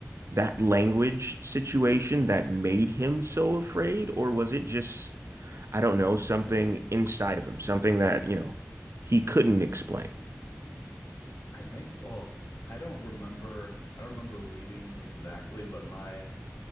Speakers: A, on the right; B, on the left.
A: that language situation that made him so afraid? Or was it just, I don't know, something inside of him, something that, you know, he couldn't explain?
B: I think, well, I don't remember, I don't remember reading exactly, but my